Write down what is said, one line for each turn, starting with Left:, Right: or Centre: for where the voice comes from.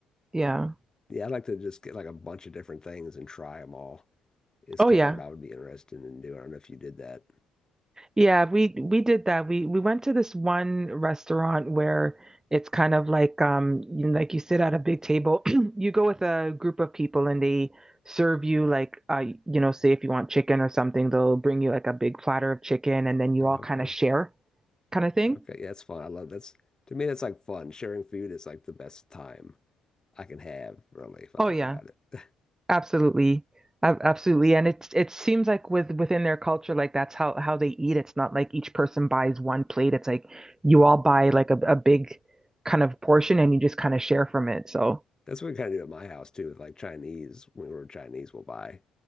Right: Yeah.
Left: Yeah, I'd like to just get like a bunch of different things and try them all. Is
Right: Oh
Left: kind
Right: yeah.
Left: of what I would be interested in doing. I don't know if you did that.
Right: Yeah, we we did that. We we went to this one restaurant where it's kind of like um you know, like you sit at a big table. <clears throat> You go with a group of people and they serve you like uh you know, say if you want chicken or something, they'll bring you like a big platter of chicken and then you
Left: Okay,
Right: all kind of share kind of thing.
Left: okay. Yeah, that's fun. I love that's to me that's like fun. Sharing food is like the best time I can have, really, if I
Right: Oh
Left: think
Right: yeah,
Left: about it. <laughs>
Right: Absolutely. Ab- Absolutely. And it's it seems like with within their culture, like that's how how they eat. It's not like each person buys one plate. It's like you all buy like a, a big kind of portion and you just kind of share from it. So
Left: That's what we kind of did at my house too, with like Chinese. When we were Chinese, we'll buy